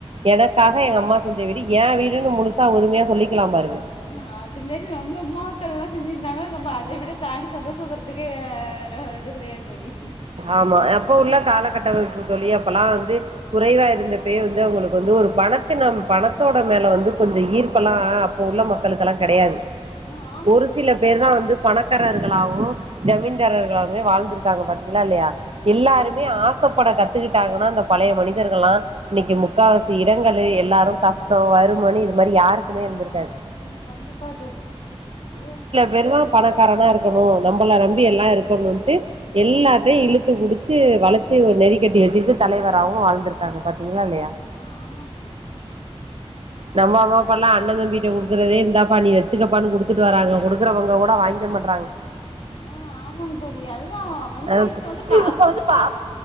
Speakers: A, on the right; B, on the left.
A: எனக்காக எங்க அம்மா செஞ்ச வீடு எ வீடுன்னு முழுசா உரிமையா சொல்லிக்கலா பாருங்க
B: ஆ அது மாரி நம்ம அம்மாக்கள்லா செஞ்சிருந்தாங்க நம்ம அத விட தாண்டி சந்தோஷோ வரு இதுக்கு வேற இது கிடையா தோழி
A: ஆமா அப்போ
B: நம்
A: உள்ள காலகட்டமைப்பு தோழி அப்பல்லா வந்து குறைவா இருந்தப்பேய வந்து அவங்களுக்கு வந்து ஒரு பணத்த நம் பணத்தோட மேல வந்து கொஞ்ச ஈர்ப்பல்லா உள்ள மக்களுக்லா கெடையாது
B: ஆ ஆமாங்க
A: ஒரு
B: தோழி
A: சில பேர் தா வந்து பணக் ர்களாவு ஜமீன்தாரர்களாவுமே வாழ்ந்திருக்காங்க பாத்தீங்ளா இல்லையா
B: ஆ
A: எல்லாருமே ஆ கஷ்டப்பட கத்துக்கிட்டாங்கன்னா அந்த பழைய மனிதர்கலா இன்னைக்கு முக்கால் வாசி இடங்கள் எல்லாரு கஷ்டோ வறுமனு இது மாரி யாருக்குமே இருந்திருக்காது
B: ம் கண்டிப்பா தோழி இது
A: வெறு பணக்காரனா இருக்கணு நம்மள நம்பி எல்லா இருக்கணும்ட்டு எல்லாத்தயு இழுத்து புடிச்சு வளச்சு ஒரு நெறிக்கட்டி வச்சிட்டு தலைவராவு வாழ்ந்திருக் பாத்தீங்களா இல்லையா
B: ஆ ஆ ஆமாங்க தோழி
A: நம்ம அம்மாப்பால்லா அண்ண தம்பி குடுக்குறதே இந்தா பா நீ எத்துக்க பா ண்ணு குடுத்துட்டு வராங்க குடுக்குறவங்க கூட வாங்க மாட்றாங்க
B: ஆ ஆமாங்க தோழி அதுதா வந்து
A: ஆ
B: இப்ப வந்து பா
A: இப்ப
B: அப்ப வந்து
A: பா
B: பாச